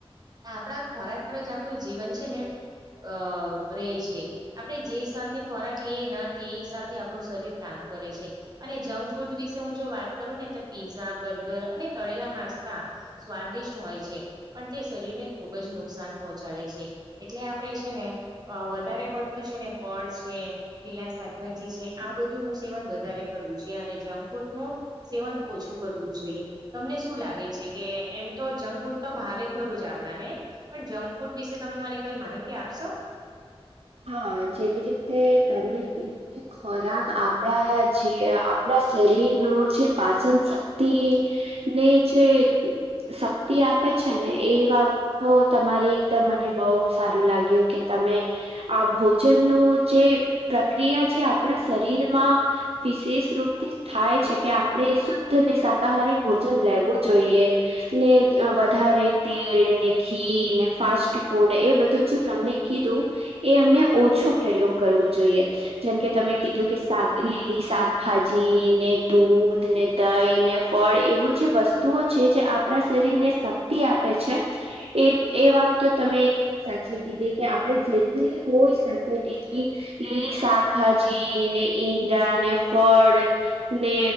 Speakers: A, on the right; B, on the right.
A: આપણા ખોરાક પર જ આપણું જીવન છે ને અ રહેે છે આપણે જે હિસાબને ખોરાક લઈએ તે હિસાબ થી આપણું શરીર કરે છે અને જંક ફૂડ વિશે હું જો વાત કરું ને પીઝા બર્ગર અને તળેલા નાસ્તા સ્વાદિષ્ટ હોય છે પણ તે શરીરને ખૂબ જ નુકસાન પહોંચાડે છે એટલે આપણે છે ને વધારે પડતું છેને ફળ છે લીલા શાકભાજી છે આ બધું નું સેવન વધારે કરવું જોઈએ અને જંક ફૂડ નું સેવન ઓછું કરવું જોઈએ તમને શું લાગે છે કે એમ તો જંક ફૂડ તો ભાવે ખરું જ આપણાને પણ જંક ફૂડ વિશે તમે મને કઈ માહિતી આપશો.
B: હા જેવી રીતે તમે કીધું કે ખોરાક આપણા જે આપણા શરીર ન જે પાચન શક્તિ ને જે શક્તિ આપે છે ને એ વાત તો તમારી એકદમ મને બહુ સારું લાગ્યું કે તમે આ ભોજનનું જે પ્રક્રિયા જે આપણા શરીરમાં વિશેષ રૂપથી થાય છે કે આપણે શુદ્ધ ને શાકાહારી ભોજન લેવું જોઈએ ને વધારે તીડ ને ઘી ને ફાસ્ટ ફૂડ એ બધું જે તમને કીધું એ અમને ઓછું પ્રયોગ કરવો જોઈએ જેમકે તમે કીધું કે શાક લીલી શાકભાજી ને દૂધ ને દહી ને ફળ એવું જે વસ્તુઓ છે જે આપણા શરીર ને શક્તિ આપે છે એ એ વાત તો તમે એકદમ સાચી કીધી કે આપણે જે એટલી હોય શકે તેટલી લીલી શાકભાજી ને ઈંડા ને ફળ ને